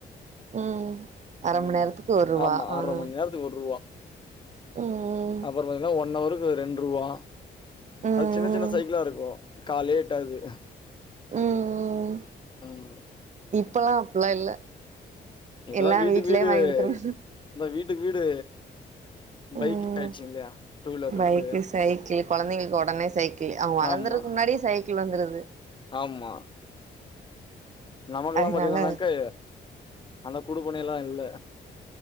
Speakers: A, on the right; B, on the left.
A: ம் அர
B: ம்
A: மண் நேரத்துக்கு ஒரு ரூவா
B: ஆமா
A: ஆ
B: அரை
A: ம்
B: மண் நேரத்துக்கு ஒர்ருவா
A: ம்
B: அப்பறம் பாத்திங்கனா ஒன் அவருக்கு ரெண்ட்ருவா
A: ம்
B: அது சின்ன சின்ன சைக்கிளா இருக்கு காலே எட்டாது
A: ம் ம்
B: ம்
A: இப்பலா அப்பிலா இல்ல
B: இப்பலா
A: எல்லா
B: வீட்டுக்கு
A: வீட்லயே
B: வீடு
A: வாங்கி குடுத்துருவாங்க
B: இப்ப வீட்டுக்கு வீடு பைக்
A: ம்
B: ஆய்ச்சி இல்லியா டூ வீலர்ருக்கு
A: பைக்கு சைக்கிள் கொழந்தைங்களுக்கு ஒடனே சைக்கிளு அவங்க வளந்துறதக்கு
B: ஆமா
A: முன்னாடியே சைக்கிள் வந்துருது
B: ஆமா நமக்கெல்லா
A: அதனால
B: பாத்திங்கனாக்க அந்த குடுப்பினைலா இல்ல